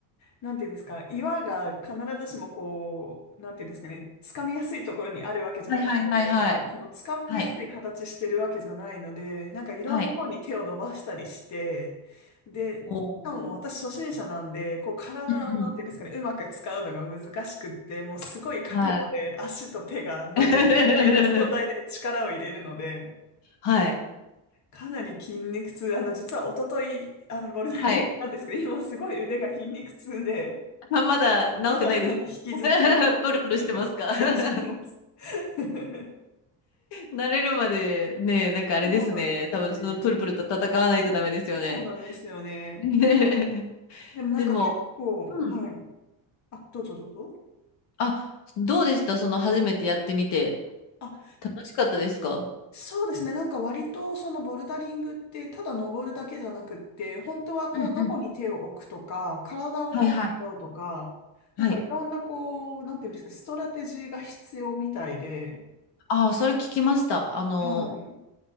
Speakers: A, on the left; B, on the left.
A: なんていうんですか、岩が必ずしもこう、なんていうんですかね、掴みやすいところにあるわけじゃなかったりとか、
B: はいはいはいはい。
A: その掴みやすい形してるわけじゃないので、
B: はい。
A: なんかいろんな方に手を伸ばしたりして、
B: はい。
A: で、しかも私初心者なんで、
B: おー
A: こう体をなんていうんですかね、
B: うんうん。
A: うまく使うのが難しくって、もうすごい角度で足と手が伸びてみたいな状態で力を入れるので、
B: はい。<laughs> はい。
A: かなり筋肉痛、あの、実は一昨日、あの、ボルダリングなんですけど、
B: はい。
A: 今すごい腕が筋肉痛で、
B: あまだ治ってないです。
A: まだあの引きずっては
B: <laughs> プルプルしてますか
A: <laughs>
B: <laughs>
A: してます。<laughs>
B: 慣れるまでね、なんかあれですね。
A: そうなんですよね。
B: 多分そのプルプルと戦わないとダメですよね。
A: そうなんですよね。
B: <laughs>
A: でもなんか結構、
B: でも、うん。
A: はい。あ、どうぞどうぞ。
B: あ、どうでしたその初めてやってみて。
A: あ、
B: 楽しかったですか
A: そうですね。なんか割とそのボルダリングってただ登るだけじゃなくって、本当はこうどこに手を置くとか、
B: うんうん。
A: 体をどう使うとか、
B: はいはい。
A: なんかいろんなこう、
B: はい。
A: なんていうんですか、ストラテジーが必要みたいで、
B: ああ、それ聞きました。あの、
A: はい。